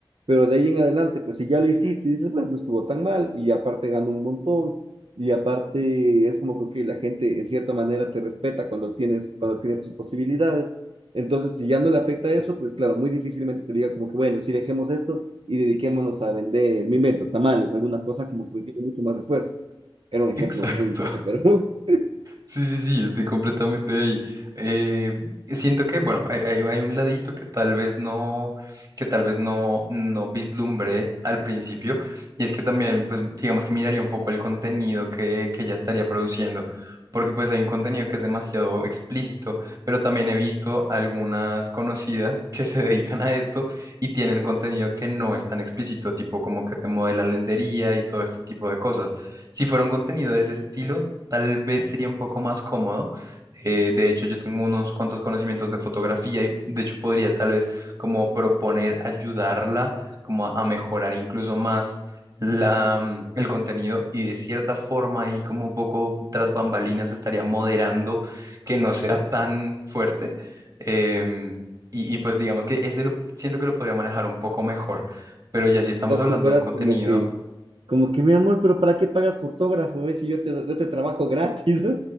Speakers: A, on the right; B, on the right.
A: Pero de ahí en adelante, pues si ya lo hiciste y dices, bueno, no estuvo tan mal, y aparte ganó un montón, y aparte es como que ok, la gente en cierta manera te respeta cuando tienes, cuando tienes tus posibilidades. Entonces, si ya no le afecta eso, pues claro, muy difícilmente te diga como que, bueno, si dejemos esto y dediquémonos a vender, mi invento, tamales, alguna cosa como que tiene mucho más esfuerzo. Era un ejemplo
B: Exacto.
A: muy bajo,
B: <laughs>
A: pero <laughs>
B: Sí, sí, sí, estoy completamente ahí. Eh, siento que, bueno, hay, hay- hay un ladito que tal vez no, que tal vez no, no vislumbré al principio, y es que también, pues, digamos que miraría un poco el contenido que, que ya estaría produciendo, porque pues hay un contenido que es demasiado explícito, pero también he visto algunas conocidas que se <laughs> dedican a esto y tienen contenido que no es tan explícito, tipo como que te modelan lencería y todo este tipo de cosas. Si fuera un contenido de ese estilo, Tal vez sería un poco más cómodo. Eh, de hecho, yo tengo unos cuantos conocimientos de fotografía y de hecho podría tal vez como proponer ayudarla como a, a mejorar incluso más la, mm, el contenido y de cierta forma y como un poco tras bambalinas estaría moderando que no sea tan fuerte. Em, y, y pues digamos que ese lo siento que lo podría manejar un poco mejor. Pero ya si estamos
A: O sea,
B: hablando
A: tú fueras
B: de un contenido
A: como que, como que, mi amor, pero ¿para qué pagas fotógrafo? ¿Ves? Si yo te, yo te trabajo gratis. <laughs>